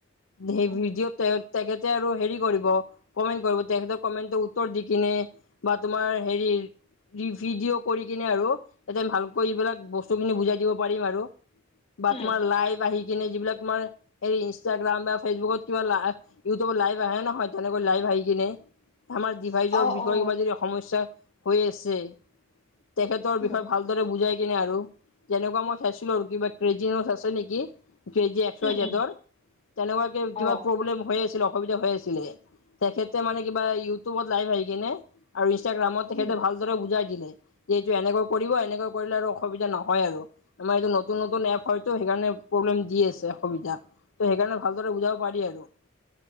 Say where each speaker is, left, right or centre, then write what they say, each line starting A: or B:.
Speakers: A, on the left (about 70°); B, on the left (about 30°).
A: সেই
B: উম
A: ভিডিঅ'তে- তেখেতে আৰু হেৰি কৰিব কমেণ্ট কৰিব, তেখেতৰ কমেণ্টৰ উত্তৰ দি কিনে- বা তোমাৰ হেৰি- ভিডিঅ' কৰি কিনে আৰু তাতে ভালকৈ এইবিলাক বস্তুখিনি বুজাই দিব পাৰিম আৰু। বা
B: উম
A: তোমাৰ লাইভ আহি কিনে যিবিলাক তোমাৰ হেই ইনষ্টাগ্ৰাম বা ফেচবুকত কিবা লা- ইউটিউবত লাইভ আহে নহয়, তেনেকৈ লাইভ আহি কিনে- আমাৰ ডিভাইজৰ
B: অ
A: বিষয়ে
B: অ
A: কিবা যদি সমস্যা হৈ আছে, তেখেতৰ
B: উম
A: বিষয়ে ভাল- দৰে বুজাই কিনে আৰু। যেনেকুৱা মই চাইছিলোঁ আৰু কিবা ক্ৰেজিনছ আছে নেকি? Crazy X
B: um
A: Y জেডৰ,
B: um
A: তেনেকুৱাকে কিবা
B: অ
A: প্ৰব্লেম হৈ আছিল, অসুবিধা হৈ আছ- ছিলে, তেখেতে মানে কিবা ইউটিউবত লাইভ আহি কিনে আৰু ইনষ্টাগ্ৰামত তেখেতে
B: উম
A: ভাল- দৰে বুজাই দিলে, যে এইটো এনেকৈ কৰিব, এনেকৈ কৰিলে আৰু অসুবিধা নহয় আৰু। আমাৰ এইটো নতুন নতুন এপ হয়তো সেইকাৰণে প্ৰব্লেম দি আছে, অসুবিধা। ত সেইকাৰণে ভালদৰে বুজাব পাৰি আৰু।